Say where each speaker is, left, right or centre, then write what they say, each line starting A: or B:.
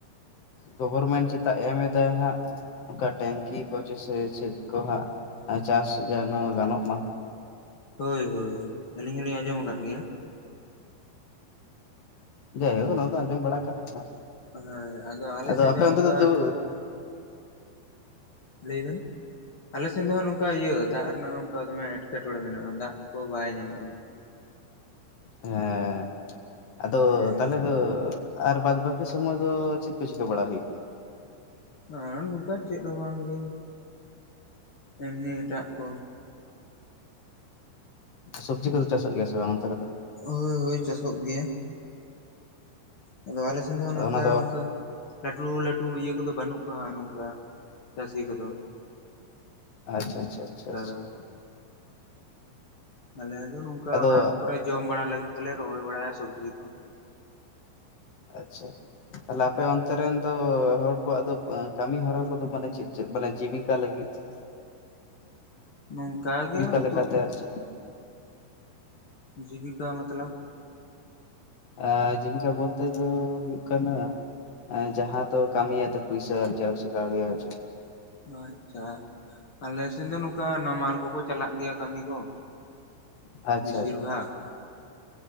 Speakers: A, on the left; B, on the left.
A: ᱜᱣᱚᱨᱢᱮᱱᱴ ᱪᱮᱛᱟ ᱮᱢ ᱮᱫᱟ ᱦᱟᱸᱜ ᱾ ᱚᱱᱠᱟ ᱴᱮᱝᱠᱤ ᱠᱚ ᱡᱮᱥᱮ ᱪᱮᱫ ᱠᱚ ᱦᱟᱸᱜ ᱪᱟᱥ ᱡᱮᱱᱚ ᱜᱟᱱᱚᱜ ᱢᱟ ᱾
B: ᱦᱚᱭ ᱦᱚᱭ ᱟᱹᱞᱤᱧ ᱦᱚᱞᱤᱧ ᱟᱸᱡᱚᱢ ᱟᱠᱟᱫ ᱜᱮᱭᱟ ᱾
A: ᱡᱟᱭᱦᱚᱠ ᱱᱚᱣᱟ ᱫᱚ ᱟᱸᱡᱚᱢ ᱵᱟᱲᱟ ᱠᱟᱱᱟ ᱦᱟᱸᱜ,
B: ᱦᱳᱭ ᱟᱞᱮ
A: ᱟᱫᱚ
B: ᱥᱮᱱ
A: ᱟᱯᱮ ᱚᱱᱛᱮ
B: ᱱᱚᱝᱠᱟ
A: ᱫᱚ ᱛᱟᱹᱣ
B: ᱞᱟᱹᱭ ᱵᱤᱱ? ᱟᱞᱮᱥᱮᱱ ᱫᱚ ᱦᱟᱸᱜ ᱱᱚᱝᱠᱟ ᱤᱭᱟᱹ ᱫᱟᱜ ᱨᱮᱱᱟᱜ ᱚᱝᱠᱟ ᱫᱚᱢᱮ ᱮᱴᱠᱮᱴᱚᱬᱮ ᱢᱮᱱᱟᱜᱼᱟ ᱫᱟᱜ ᱠᱚ ᱵᱟᱭ ᱧᱟᱢᱚᱜᱼᱟ ᱾
A: ᱦᱮᱸ ᱟᱫᱚ
B: ᱚᱱᱮ
A: ᱛᱟᱦᱚᱞᱮ ᱫᱚ ᱟᱨ ᱵᱟᱫᱽ ᱵᱟᱹᱠᱤ ᱥᱩᱢᱚᱭ ᱫᱚ ᱪᱮᱫ ᱠᱚ ᱪᱤᱠᱟᱹ ᱵᱟᱲᱟ ᱦᱩᱭᱩᱜ ᱜᱮᱭᱟ ᱾
B: ᱟᱨ ᱱᱚᱝᱠᱟ ᱪᱮᱫ ᱦᱚᱸ ᱵᱟᱝ ᱜᱮ ᱮᱢᱱᱤ ᱮᱴᱟᱜ ᱠᱚ ᱾
A: ᱥᱚᱵᱽᱡᱤ ᱠᱚᱫᱚ ᱪᱟᱥᱚᱜ ᱜᱮᱭᱟ ᱥᱮ ᱵᱟᱝ ᱚᱱᱛᱮ ᱨᱮ ᱫᱚ?
B: ᱦᱚᱭ ᱦᱚᱭ ᱪᱟᱥᱚᱜ ᱜᱮᱭᱟ ᱾ ᱟᱫᱚ ᱟᱞᱮ ᱥᱮᱱ ᱫᱚ
A: ᱟᱫᱚ
B: ᱱᱚᱝᱠᱟ
A: ᱚᱱᱟ
B: ᱚᱱᱠᱟ‌ ᱞᱟᱹᱴᱩ ᱞᱟᱹᱴᱩ ᱤᱭᱟᱹ ᱠᱚᱫᱚ ᱵᱟᱹᱱᱩᱜ ᱠᱚᱣᱟ ᱱᱚᱝᱠᱟ ᱪᱟᱹᱥᱤ ᱠᱚᱫᱚ ᱾
A: ᱟᱪᱪᱷᱟ ᱟᱪᱷᱟ ᱟᱪᱪᱷᱟ ᱟᱪᱪᱷᱟ
B: ᱫᱚ
A: ᱾
B: ᱟᱞᱮ ᱫᱚ ᱱᱚᱝᱠᱟ
A: ᱟᱫᱚ
B: ᱚᱲᱟᱜ ᱠᱚᱨᱮ ᱡᱚᱢ ᱵᱟᱲᱟ ᱞᱟᱹᱜᱤᱫ ᱜᱮᱞᱮ ᱨᱚᱦᱚᱭ ᱵᱟᱲᱟᱭᱟ ᱥᱚᱵᱽᱡᱤ ᱠᱚ ᱾
A: ᱟᱪᱪᱷᱟ ᱛᱟᱦᱚᱞᱮ ᱟᱯᱮ ᱚᱱ ᱛᱮ ᱨᱮᱱ ᱫᱚ ᱦᱚᱲ ᱠᱚᱣᱟᱜ ᱫᱚ ᱠᱟᱹᱢᱤ ᱦᱚᱨᱟ ᱠᱚᱫᱚ ᱢᱟᱱᱮ ᱪᱮᱫ ᱪᱮᱫ ᱢᱟᱱᱮ ᱡᱤᱵᱤᱠᱟ ᱞᱟᱹᱜᱤᱫ ᱾ <inaudible>
B: ᱱᱚᱝᱠᱟ ᱜᱮ ᱟᱹᱛᱩᱜ
A: ᱞᱮᱠᱟᱛᱮ ᱟᱨ ᱪᱮᱫ
B: ᱡᱤᱵᱤᱠᱟ ᱢᱚᱛᱞᱚᱵᱽ?
A: ᱮᱻ ᱡᱤᱵᱤᱠᱟ ᱵᱚᱞᱛᱮ ᱫᱚ ᱦᱩᱭᱩᱜ ᱠᱟᱱᱟ ᱾ ᱮ ᱡᱟᱦᱟᱸ ᱫᱚ ᱠᱟᱹᱢᱤᱭᱟᱛᱮ ᱯᱩᱭᱥᱟᱹ ᱟᱨᱡᱟᱣ ᱥᱮ ᱠᱟᱹᱣᱰᱤ ᱟᱨᱡᱟᱣ ᱾
B: ᱟᱪᱪᱷᱟ ᱟᱞᱮ ᱥᱮᱱ ᱫᱚ ᱱᱚᱝᱠᱟ ᱱᱟᱢᱟᱞ ᱠᱚᱠᱚ ᱪᱟᱞᱟᱜ ᱜᱮᱭᱟ ᱠᱟᱹᱢᱤ ᱠᱚ
A: ᱟᱪᱪᱷᱟ
B: ᱵᱮᱥᱤᱨ ᱵᱷᱟᱜᱽ ᱾